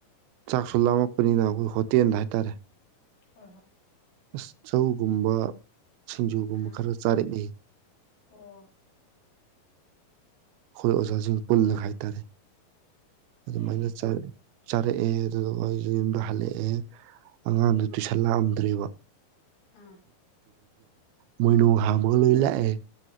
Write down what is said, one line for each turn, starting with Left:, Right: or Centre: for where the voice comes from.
Right: ꯆꯥꯛꯁꯨ ꯂꯥꯝꯃꯛꯄꯅꯤꯅ ꯑꯩꯈꯣꯏ ꯍꯣꯇꯦꯜꯗ ꯍꯥꯏꯇꯥꯔꯦ
Left: ꯍ ꯍ
Right: ꯑꯁ ꯆꯧꯒꯨꯝꯕ ꯁꯤꯡꯖꯨꯒꯨꯝꯕ
Left: ꯑꯥ
Right: ꯈꯔ ꯆꯥꯔꯛꯏ
Left: ꯑꯣ
Right: ꯑꯩꯈꯣꯏ ꯑꯣꯖꯥꯁꯤꯡ ꯄꯨꯜꯂꯒ ꯍꯥꯏꯇꯥꯔꯦ ꯑꯗꯨꯃꯥꯏꯅ
Left: ꯐꯩ ꯐꯩ ꯐꯩ
Right: ꯆ ꯆꯥꯔꯛꯑꯦ ꯑꯗꯨꯗꯨꯒ ꯑꯩꯁꯨ ꯌꯨꯝꯗ ꯍꯜꯂꯛꯑꯦ ꯑꯉꯥꯡꯗ ꯇꯨꯏꯁꯟ ꯂꯥꯛꯑꯝꯗ꯭ꯔꯦꯕ
Left: ꯑꯥ
Right: ꯃꯣꯏꯅꯨ ꯍꯝꯒ ꯂꯣꯏ ꯂꯥ ꯑꯦ